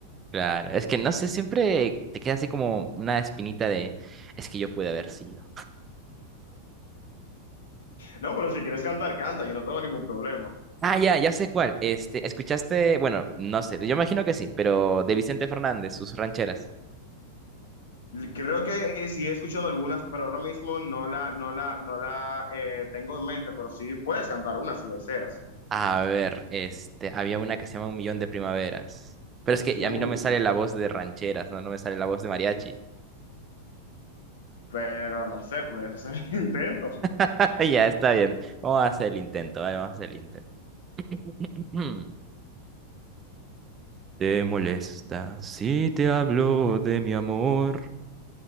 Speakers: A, on the right; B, on the left.
A: Claro, es que no sé, siempre te queda así como una espinita de, es que yo pude haber sido.
B: No, pero si quieres cantar, canta, yo no tengo ningún problema.
A: Ah, ya, ya sé cuál. Este, escuchaste, bueno, no sé, yo imagino que sí, pero de Vicente Fernández, sus rancheras.
B: Creo que eh, sí he escuchado algunas, pero ahora mismo no la, no la, no la eh, tengo en mente, pero sí puedes cantar una si deseas.
A: A ver, este, había una que se llama Un Millón de Primaveras. Pero es que
B: Uh,
A: a mí no me sale la voz de rancheras, no, no me sale la voz de mariachi.
B: pero no sé, podrías hacer <laughs> intentos.
A: <laughs> Ya, está bien. Vamos a hacer el intento, vale, vamos a hacer el intento. <clears throat> ¿Te molesta si te hablo de mi amor?